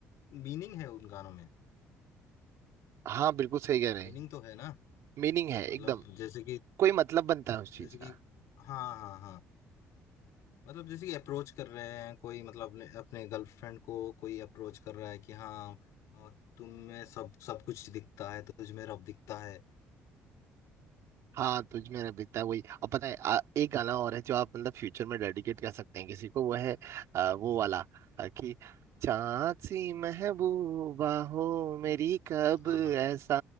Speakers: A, on the left; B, on the right.
A: मीनिंग है उन गानों में
B: हाँ बिल्कुल सही कह रहे हैं
A: मीनिंग तो है ना
B: मीनिंग है एकदम
A: मतलब जैसे कि
B: कोई मतलब बनता है उस चीज
A: जैसे
B: का
A: कि हाँ हाँ हाँ मतलब जैसे कि अप्रोच कर रहे हैं कोई मतलब अपने अपने गर्लफ्रेंड को कोई अप्रोच कर रहा है कि हाँ अ, तुम में सब सब कुछ दिखता है तुझ में रब दिखता है
B: हाँ तुझ में अब दिखता है वही और पता है आ, एक गाना और है जो आप मतलब फ्यूचर में डेडिकेट कर सकते हैं किसी को वो है आ, वो वाला आ, कि चांद सी महबूबा हो मेरी कब
A: हाँ हाँ
B: ऐसा